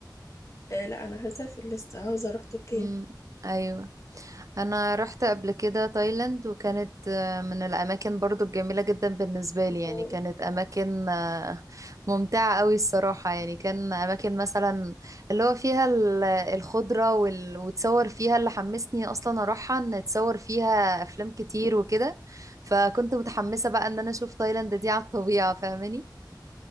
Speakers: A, on the left; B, on the right.
A: أه لا أنا هسافر لسه عاوزة أروح تركيا
B: امم ايوه انا رحت قبل كده تايلاند وكانت آه، من الاماكن برضو الجميله جدا بالنسبه لي يعني
A: أوه.
B: كانت اماكن آه، ممتعه قوي الصراحه يعني كان اماكن مثلا اللي هو فيها ال- الخضره وال... وتصور فيها اللي حمسني اصلا اروحها ان اتصور فيها افلام كتير وكده فكنت متحمسه بقى ان انا اشوف تايلاند دي على الطبيعه فاهماني